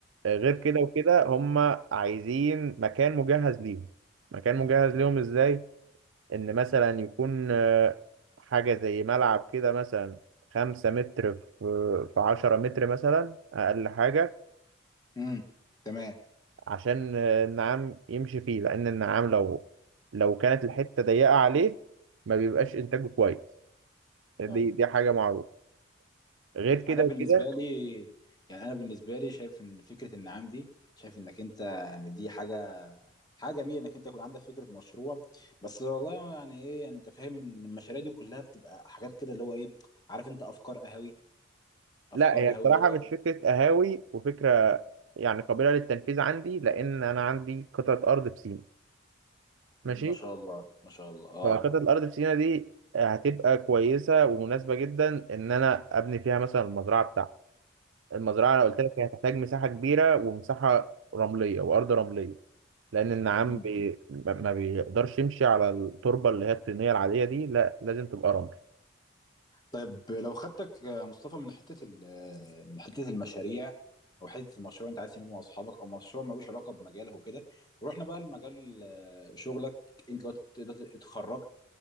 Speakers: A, on the right; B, on the left.
A: آه، غير كده وكده هما عايزين مكان مجهز ليهم مكان مجهز ليهم إزاي؟ إن مثلا يكون آه، حاجة زي ملعب كده مثلا خمسة متر في في عشرة متر مثلا أقل حاجة
B: امم تمام
A: عشان آه، النعام يمشي فيه لأن النعام لو لو كانت الحتة ضيقة عليه ما بيبقاش إنتاجه كويس دي
B: طيب
A: دي حاجة معروفة غير كده
B: انا بالنسبه
A: وكده
B: لي يعني انا بالنسبه لي شايف ان فكره النعام دي شايف انك انت يعني دي حاجه حاجه جميله انك انت يكون عندك فكره مشروع بس والله يعني ايه يعني انت فاهم ان المشاريع دي كلها بتبقى حاجات كده اللي هو ايه عارف انت افكار قهوي افكار
A: لا هي
B: قهوي
A: بصراحة
B: اللي هو
A: مش فكرة قهاوي وفكرة يعني قابلة للتنفيذ عندي لأن أنا عندي قطعة أرض في سينا
B: ما
A: ماشي
B: شاء الله ما شاء الله اه
A: فقطعة الأرض في سينا دي آه، هتبقى كويسة ومناسبة جدا إن أنا أبني فيها مثلا المزرعة بتاعتي المزرعة أنا قلت لك هي هتحتاج مساحة كبيرة ومساحة رملية وأرض رملية لأن النعام
B: أيوة.
A: بي... ما ما بيقدرش يمشي على التربة اللي هي الطينية العادية دي لا لازم تبقى رمل
B: طيب لو خدتك آه، مصطفى من حتة ال- آه، من حتة المشاريع أو حتة المشروع أنت عايز تعمله مع أصحابك أو مشروع ملوش علاقة بمجالك وكده ورحنا بقى لمجال آه، شغلك أنت دلوقتي دلوقتي اتخرجت